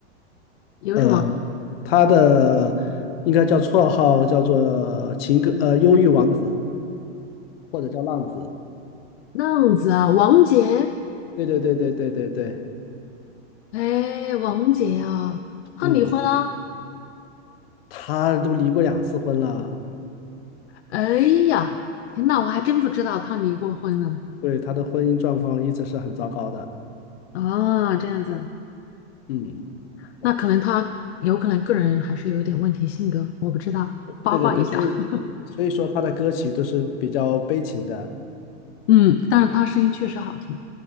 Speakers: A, on the left; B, on the left.
A: 有什么
B: 呃，他的应该叫绰号叫做情歌呃忧郁王子或者叫浪子。
A: 浪子啊？王杰，
B: 对对对对对对对，
A: 哎，王杰啊，他离婚了。
B: 嗯，他都离过两次婚了，
A: 哎呀，天呐，我还真不知道他离过婚呢。
B: 对，他的婚姻状况一直是很糟糕的。
A: 啊，这样子，
B: 嗯，
A: 那可能他有可能个人还是有点问题性格，我不知道，八卦一下。
B: 对对对，所以所以说他的歌曲都是比较悲情的。
A: <laughs> 嗯，但是他声音确实好听。